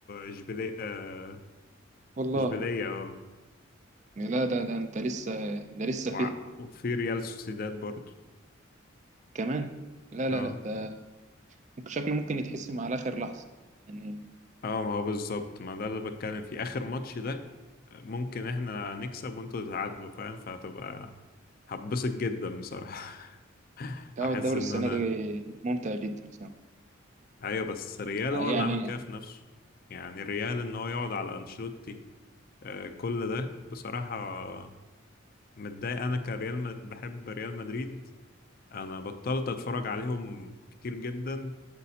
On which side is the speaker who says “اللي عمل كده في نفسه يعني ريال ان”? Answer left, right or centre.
Left